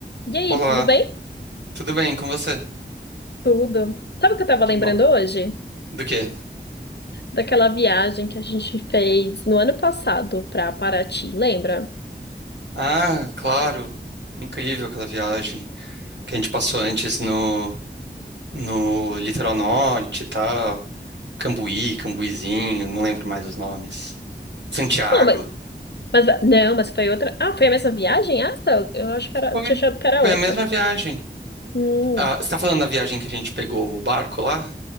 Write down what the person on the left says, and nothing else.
E aí,
tudo bem?
Tudo. Sabe o que eu tava
lembrando
hoje?
Daquela viagem que a gente fez no ano passado pra Paraty, lembra?
Não, mas, mas- não, mas foi outra. Ah, foi a mesma viagem? Ah, tá. Eu acho que era,
tinha achado que era
outra.
Hum.